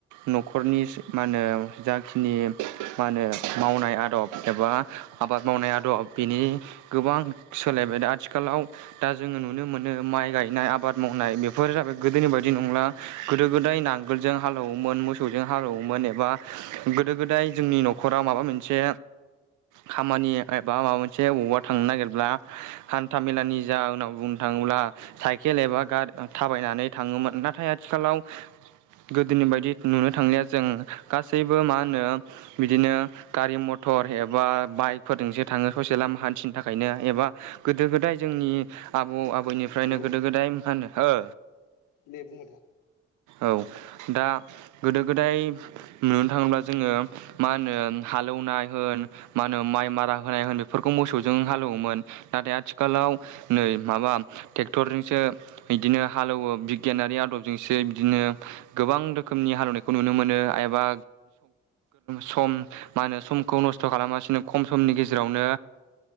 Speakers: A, on the right; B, on the left.
A: न'खरनि मा होनो जाखिनि मा होनो मावनाय आदब एबा आबाद मावनाय आदब बिनि गोबां सोलायबाय आथिखालाव दा जोङो नुनो मोनो माइ गायनाय आबाद मावनाय बेफोर जाबाय गोदोनि बायदि नंला गोदो गोदाय नांगोलजों हालेवोमोन मोसौजों हालेवोमोन एबा गोदो गोदाय जोंनि न'खर न'खरा माबा मोनसे खामानि एबा माबा मोनसे बबावबा थांनो नागिरब्ला हान्था मेलानि जाहनाव बुंनो थाङोब्ला साइकेल एबा गारि थाबायनानै थाङोमोन नाथाय आथिखालाव गोदोनि बायदि नुनो थांलिया जों गासैबो मा होनो बिदिनो गारि मथर एबा बाइकफोरजोंसो थाङो ससे लामा हान्थिनो थाखायनो एबा गोदो गोदाय जोंनि आबौ आबैनिफ्रायनो
B: हेल'
A: गोदो गोदाय मा होनो ओ
B: दे बुं नोंथां
A: औ दा गोदो गोदाय नुनो थाङोब्ला जोङो मा होनो हालेवनाय होन मा होनो माइ मारा होनाय होन बेफोरखौ मोसौजों हालेवोमोन नाथाय आथिखालाव नै माबा ट्रेक्टरजोंसो बिदिनो हालेवो बिगियानारि आदबजोंसो बिदिनो गोबां रोखोमनि हालेवनायखौ नुनो मोनो एबा सम मा होनो समखौ नस्थ' खालामासिनो खम समनि गेजेरावनो